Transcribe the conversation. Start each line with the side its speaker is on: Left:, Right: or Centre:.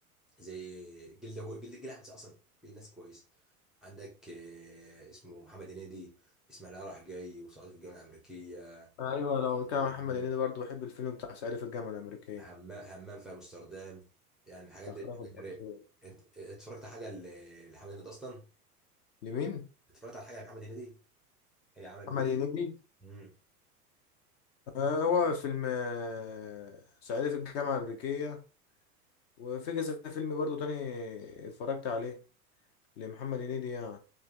Centre: زي جلد هو جلد جلد احمد سقا اصلا في ناس كويسه عندك آه، اسمه محمد هنيدي اسماعيل رايح جاي وصعيدي في الجامعه الامريكيه
Left: ايوه لو كان
Centre: وعندك
Left: محمد هنيدي برضه بحب الفيلم بتاع صعيدي في الجامعه الامريكيه
Centre: همام همام في امستردام يعني الحاجات
Left: الاخراف
Centre: دي الحاجات
Left: الدكتور
Centre: دي رايقه انت اتفرجت على حاجه ل- لمحمد هنيدي اصلا
Left: لمين
Centre: اتفرجت على حاجه لمحمد هنيدي هي عمله
Left: محمد
Centre: كده
Left: هنيدي
Centre: مم.
Left: آه هو فيلم آه، صعيدي في الجامعه الامريكيه وفي كذا فيلم برضه تاني اتفرجت عليه لمحمد هنيدي يعني